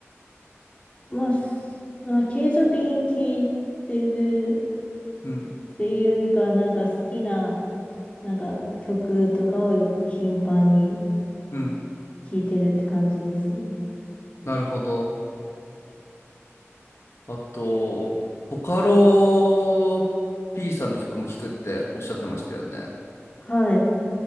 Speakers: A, on the left (about 30°); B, on the left (about 70°).
A: まあ、すまあ継続的に聴いてる
B: うん、
A: っていうよりかは、なんか好きななんか曲とかをよく頻繁に
B: うん。
A: 聴いてるって感じですね。
B: なるほど。あと、ボカロ P さんの曲も聴くっておっしゃってましたよね。
A: はい、